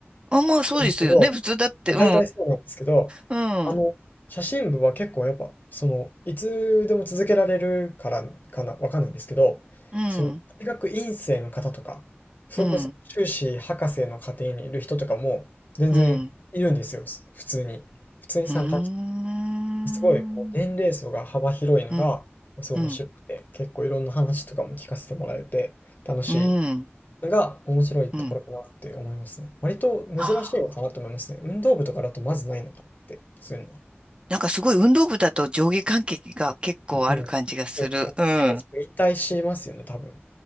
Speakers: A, on the right; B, on the left.
A: あ、まあそうですよね。
B: なんですけど、
A: 普通だって、
B: まあ大体そうなんですけど、
A: うん。<laughs> うん。
B: あの、写真部は結構やっぱ、その、いつでも続けられるからかな、わかんないんですけど、
A: うん。
B: その、大学院生の方とか、それこそ修士博士の家庭にいる人とかも、
A: うん。
B: 全然いるんですよ、
A: うん。
B: す普通に。普通に参加して、
A: うーん。
B: すごいこう年齢層が幅広いのが、
A: うん。
B: すごい面白くて、
A: うん。
B: 結構いろんな話とかも聞かせてもらえて、楽し
A: うん。
B: いが面白いところかなって思いますね。
A: うん。
B: 割と珍しいのかなと思いますね。
A: あー
B: 運動部とかだとまずないのかなって、そういうのは。
A: なんかすごい運動部だと上下関係が結構ある感じがする。
B: うん。そうですね。なんか結構すぐ引退しますよね、
A: うん。
B: 多分。